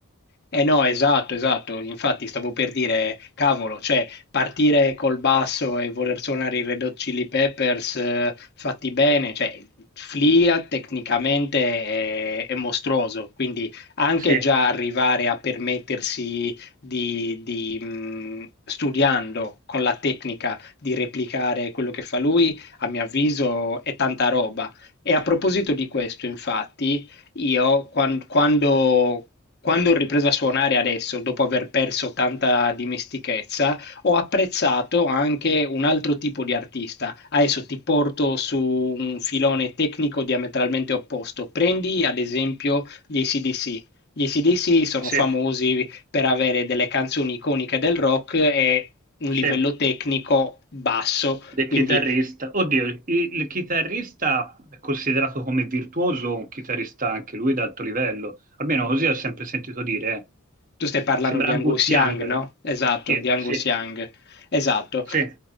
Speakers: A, on the left; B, on the right.
A: Eh no, esatto, esatto. Infatti stavo per dire, cavolo, cioè partire col basso e voler suonare i Red Hot Chili Peppers eh, fatti bene, cioè Flea tecnicamente è, è mostruoso, quindi anche
B: Sì,
A: già arrivare a permettersi di, di, mh, studiando con la tecnica di replicare quello che fa lui, a mio avviso è tanta roba. E a proposito di questo, infatti... Io quan- quando, quando ho ripreso a suonare adesso, dopo aver perso tanta dimestichezza, ho apprezzato anche un altro tipo di artista. Adesso ti porto su un filone tecnico diametralmente opposto. Prendi ad esempio gli AC/DC. Gli AC/DC sono
B: sì,
A: famosi per avere delle canzoni iconiche del rock e un
B: sì,
A: livello tecnico basso,
B: del
A: quindi
B: chitarrista. Oddio, il, il chitarrista è considerato come virtuoso, un chitarrista anche lui d'alto livello, almeno così ho sempre sentito dire, eh.
A: Tu stai parlando
B: Sembra
A: di
B: Angus
A: Angus
B: Young.
A: Young, no? Esatto,
B: Sì,
A: di Angus
B: sì,
A: Young. Esatto.
B: Sì,